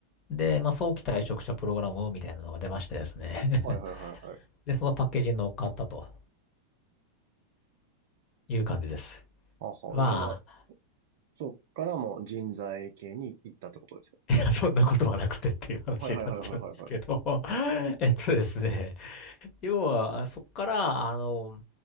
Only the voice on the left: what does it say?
で、まあ、早期退職者プログラムみたいなのが出ましてですね。
<laughs> で、そのパッケージに乗っかったという感じです。
まあ、
<laughs> そんなことはなくてっていう話になっちゃうんですけど
<laughs> えっとですね。要は、そこから、あの、